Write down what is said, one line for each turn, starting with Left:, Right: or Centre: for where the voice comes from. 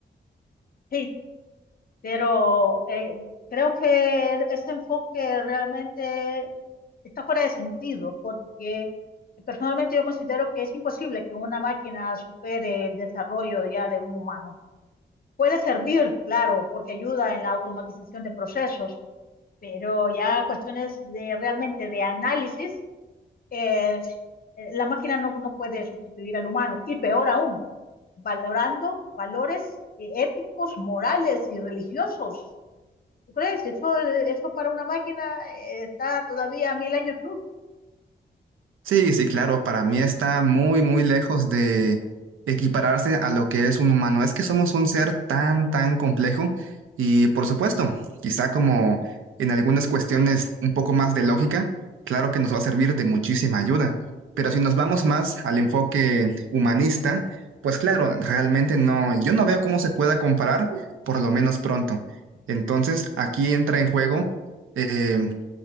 Left: Sí. Pero eh, creo que e-, ese enfoque realmente está fuera de sentido, porque personalmente yo considero que es imposible que una máquina supere el desarrollo ya de un humano. Puede servir, claro, porque ayuda en la automatización de procesos, pero ya cuestiones de realmente de análisis, eh, eh, la máquina no, no puede sustituir al humano, y peor aún, valorando valores eh, éticos, morales y religiosos ¿Tú crees? Si Eso, eso para una máquina eh, está todavía a mil años luz.
Right: Sí, sí, claro, para mí está muy, muy lejos de equipararse a lo que es un humano. Es que somos un ser tan, tan complejo y, por supuesto, quizá como en algunas cuestiones un poco más de lógica, claro que nos va a servir de muchísima ayuda. Pero si nos vamos más al enfoque humanista, pues claro, realmente no, yo no veo cómo se pueda comparar, por lo menos pronto. Entonces, aquí entra en juego eh,